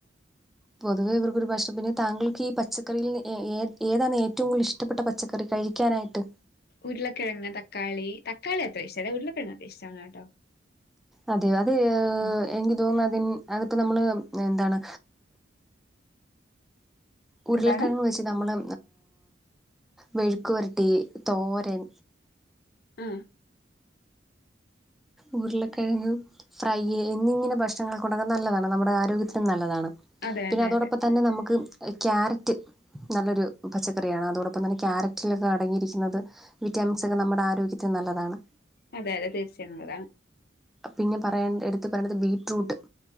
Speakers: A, in the centre; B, on the left (about 60°).
A: പൊതുവേഇവർക്കൊരു ഭഷപ്പിന് താങ്കൾക്ക് ഈ പച്ചക്കറിയിൽന്ന് ഏ ഏഹ് ഏതാണ് ഏറ്റവും കൂടുതൽഷ് ഇഷ്ടപ്പെട്ട പച്ചക്കറി കഴിക്കാനായിട്ട്
B: ഉരുളക്കിഴങ് തക്കാളി താക്കാളി അത്ര ഇഷ്ട്ടല്ല ഉരുളക്കിഴങത്ര ഇഷ്ടമാണ് കേട്ടോ
A: അതെയോ അതെ
B: ഉം
A: എനിക്ക് തോന്നുന്നു അതി അതിപ്പോ നമ്മള് എന്താണ് ഉരുളക്കിഴങ്ങ്
B: എന്താണ്
A: വെച്ച് നമ്മള് വെഴുക്ക് വരട്ടി തോരൻ
B: ഉം
A: ഉരുളക്കേഴങ്ങ് ഫ്രൈ എന്നിങ്ങനെ ഭക്ഷണങ്ങള് ഉണ്ടാക്കാൻ നല്ലതാണ് നമ്മുടെ ആരോഗ്യത്തി ഏറ്റവും നല്ലതാണ്
B: അതെ
A: പിന്നെ
B: അതെ
A: അതോടൊപ്പം
B: അതെ
A: തന്നെ നമ്മുക്ക് ക്യാരറ്റ് നല്ലൊരു പച്ചക്കറിയാണ് അതോടൊപ്പം തന്നെ ക്യാരറ്റിലൊക്കെ അടങ്ങിയിരിക്കുന്നത് വിറ്റാമിൻസൊക്കെ നമ്മുടെ ആരോഗ്യത്തിന് നല്ലതാണ്.
B: അതെ അതെ തീർച്ച ഒള്ളത് ആണ്
A: പിന്നെ പറയണ്ട എടുത്ത് പറയണ്ടത് ബീറ്റ്റൂട്ട്